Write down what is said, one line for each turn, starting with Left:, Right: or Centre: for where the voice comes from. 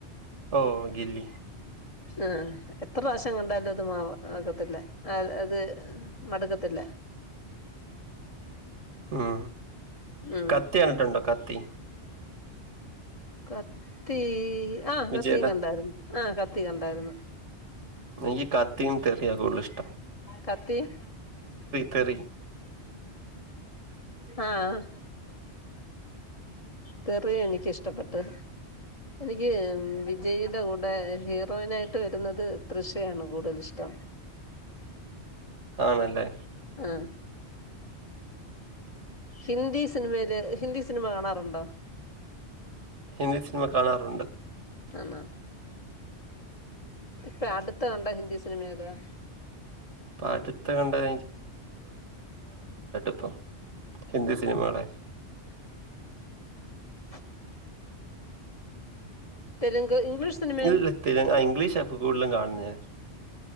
Right: ഓഹ് ഗില്ലി.
Left: ആഹ് എത്രറാശ്യം കണ്ടാലും അത് മാ ആക്കത്തില്ല, ആഹ് അത് മട്ക്കത്തില്ല.
Right: ഉം
Left: ഉം
Right: കത്തി കണ്ട്ട്ട്ണ്ടോ, കത്തി?
Left: കത്തീ.. ആഹ്
Right: വിജയുടെ.
Left: കത്തിയും കണ്ടായ്ര്ന്ന്, ആഹ് കത്തി കണ്ടായ്ര്ന്ന്.
Right: എനിക്കി കത്തിയും തെറിയ കൂട്തലിഷ്ടം.
Left: കത്തിം?
Right: തെറി
Left: ആഹ്. തെറിയു എനിക്കിഷ്ടപ്പെട്ട്. എനിക്ക് വിജയിടെ കൂടെ ഹീറോയിനായിട്ട് വെരുന്നത് തൃഷയാണ് കൂട്തലിഷ്ടം.
Right: ആണല്ലേ.
Left: ആഹ്. ഹിന്ദി സിനിമയില്, ഹിന്ദി സിനിമ കാണാറൊണ്ടോ?
Right: ഹിന്ദി സിനിമ കാണാറുണ്ട്.
Left: ആന്നോ, ഇപ്പേ അടുത്ത് കണ്ട ഹിന്ദി സിനിമ ഏതാ?
Right: പ്പടുത്ത് കണ്ടേ ഇപ്പം ഹിന്ദി
Left: ആഹ്.
Right: സിനിമകളെ.
Left: <inaudible> തെലുങ്ക്, ഇംഗ്ലീഷ് സിനിമയോ
Right: <unintelligible> ആഹ് ഇംഗ്ലീഷാപ്പം കൂടുതലും കാണ്ന്നേ.